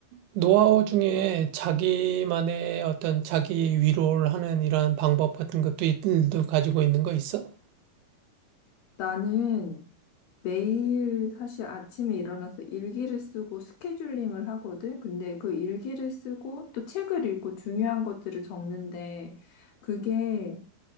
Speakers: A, on the right; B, on the left.
A: 노하우 중에 자기만의 어떤 자기 위로를 하는 이런 방법 같은 것도 있들도 가지고 있는 거 있어?
B: 나는 매일 사실 아침에 일어나서 일기를 쓰고 스케줄링을 하거든. 근데 그 일기를 쓰고 또 책을 읽고 중요한 것들을 적는데 그게